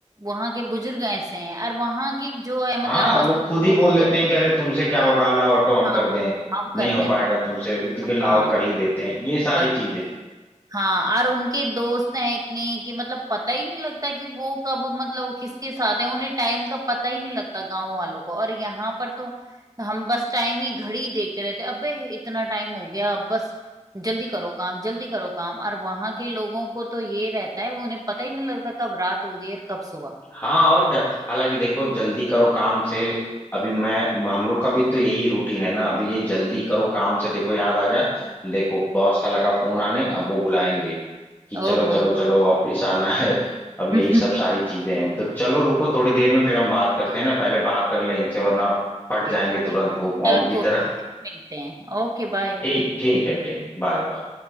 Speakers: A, on the right (about 30°); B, on the left (about 15°).
A: वहां के बुजुर्ग ऐसे हैं और वहां की जो है
B: हाँ
A: मतलब हंसते
B: वो खुद ही
A: बोलते
B: बोल देते हैं कि अरे तुमसे क्या होगा लाओ ऑटो हम
A: हाँ
B: कर दें
A: हम
B: नहीं
A: करते
B: हो पाएगा तुमसे उठ
A: हाँ
B: के लाओ कर ही देते हैं ये सारी
A: वही
B: चीजें
A: हाँ और उनके दोस्त हैं इतने कि मतलब पता ही नहीं लगता कि वो कब मतलब वो किसके साथ है उन्हें टाइम का पता ही नहीं लगता गांव वालों को और यहाँ पर तो हम बस टाइम ही घड़ी देखते रहते हैं, अबे इतना टाइम हो गया अब बस जल्दी करो काम जल्दी करो काम और वहां के लोगों को तो ये रहता है वो उन्हें पता ही नहीं लगता कब रात हो गई और कब सुबह
B: हाँ और क्या हालांकि देखो जल्दी करो काम से अभी मैं हम लोग का भी तो यही रूटीन है ना अभी ये जल्दी करो काम से देखो याद आ गया देखो बॉस का लगा फोन आने अब वो बुलाएंगे कि चलो
A: ओहो
B: चलो चलो ऑफिस आना है अब यही
A: <laughs>
B: सब सारी
A: ठीक
B: चीजें हैं तो चलो रुको थोड़ी देर में फिर हम बात करते हैं ना पहले बात कर ले इनसे वरना फट जाएंगे
A: है ठीक
B: तुरंत
A: है चलो
B: वो बॉम्ब की
A: कोई
B: तरह
A: नहीं, फिर मिलते हैं ओके बाय
B: ठीक ठीक है ठीक बाय बाय